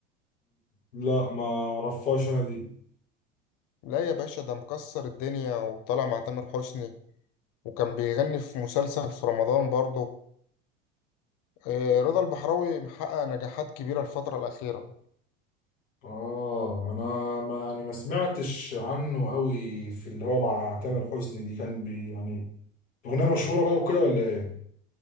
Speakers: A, on the left; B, on the left.
A: لا ما اعرفهاش انا دي
B: لا يا باشا ده مكسر الدنيا وطالع مع تامر حسني وكان بيغني في مسلسل في رمضان برضه آه، رضا البحراوي محقق نجاحات كبيرة الفترة الأخيرة
A: اه انا ما يعني ما سمعتش عنه قوي في اللي هو مع تامر حسني دي كان بي يعني أغنية مشهورة بقى وكده ولا إيه؟